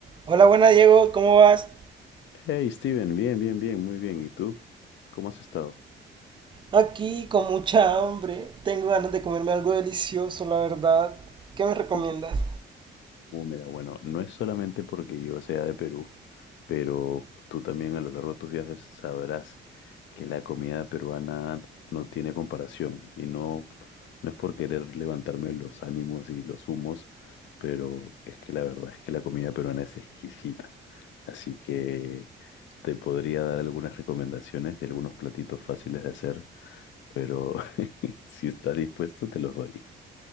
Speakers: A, on the right; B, on the left.
A: Hola, buena Diego, ¿cómo vas?
B: Hey Steven, bien, bien, bien, muy bien. ¿Y tú? ¿Cómo has estado?
A: Aquí con mucha hambre, tengo ganas de comerme algo delicioso, la verdad. ¿Qué me recomiendas?
B: Uh, uh, mira, bueno, no es solamente porque yo sea de Perú, pero tú también a lo largo de tus viajes sabrás que la comida peruana no tiene comparación y no, no es por querer levantarme los ánimos y los humos, pero es que la verdad es que la comida peruana es exquisita. Así que te podría dar algunas recomendaciones de algunos platitos fáciles de hacer, pero <laughs> si estás dispuesto te los doy.